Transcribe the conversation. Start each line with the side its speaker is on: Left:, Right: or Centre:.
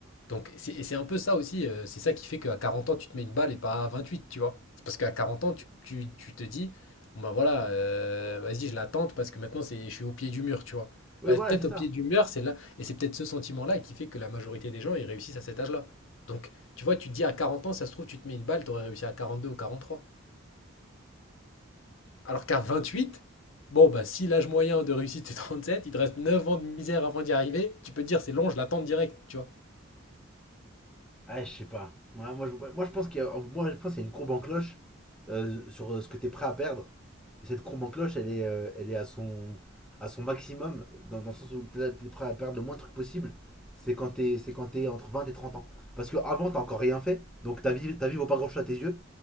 Left: Donc, c'est- et c'est un peu ça aussi, euh, c'est ça qui fait qu'à 40 ans, tu te mets une balle et pas à 28, tu vois. C'est parce qu'à 40 ans, tu, tu- tu te dis, bon bah voilà, euh, vas-y, je l'attends parce que maintenant, c'est, je suis au pied du mur, tu vois.
Centre: Oui,
Left: Bah,
Centre: voilà,
Left: peut-être
Centre: c'est ça.
Left: au pied du mur, c'est là, et c'est peut-être ce sentiment-là qui fait que la majorité des gens, ils réussissent à cet âge-là. Donc, tu vois, tu te dis à 40 ans, ça se trouve, tu te mets une balle, t'aurais réussi à 42 ou 43. Alors qu'à 28, bon, bah si l'âge moyen de réussite c'est 37, il te reste 9 ans de misère avant d'y arriver, tu peux te dire, c'est long, je l'attends direct, tu vois.
Centre: Ah, je sais pas. Ouais, moi, je, moi, je pense qu'il y a, moi, je pense qu'il y a une courbe en cloche euh, sur euh, ce que tu es prêt à perdre. Et cette courbe en cloche, elle est, euh, elle est à, son, à son maximum, dans, dans le sens où tu es prêt à perdre le moins de trucs possible. C'est quand t'es c'est quand t'es entre 20 et 30 ans. Parce que avant t'as encore rien fait, donc ta vie, ta vie vaut pas grand-chose à tes yeux.